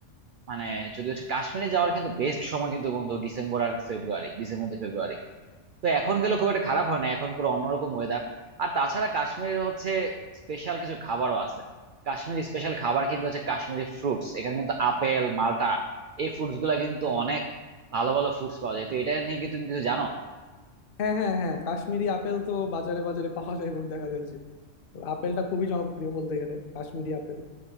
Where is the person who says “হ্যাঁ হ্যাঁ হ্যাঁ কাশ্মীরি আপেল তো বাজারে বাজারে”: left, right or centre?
Left